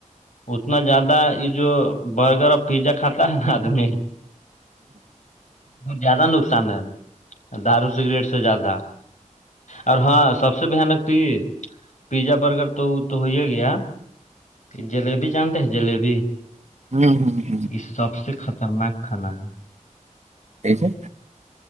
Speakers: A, on the left; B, on the right.
A: اتنا زیادہ یہ جو برگر اور پیزا کاتا ہے نا آدمی ب زیادہ نقصان ہے دارو سگریٹ سے زیادہ اور ہاں سب سے بانک تو یہ پیزا برگر تو تو ہو ہے گیا جلیبی جانتے ہیں جلیبی
B: ہوں ہوں ہ
A: یہ سب سے خطرناک کھانا ہے
B: یہسے